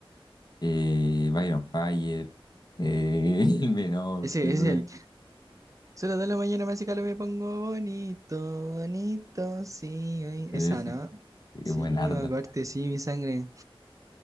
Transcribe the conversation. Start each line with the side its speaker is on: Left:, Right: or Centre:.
Left: eh, Byron Fire, eh, <laughs> El Menor,
Right: Ese,
Left: que eso
Right: ese Solo de la mañana me hace calor, me pongo bonito, bonito, sí. ay.
Left: ese.
Right: Esa, ¿no?
Left: Sí,
Right: Sí,
Left: Buenarda.
Right: me acuerdo, sí, mi sangre.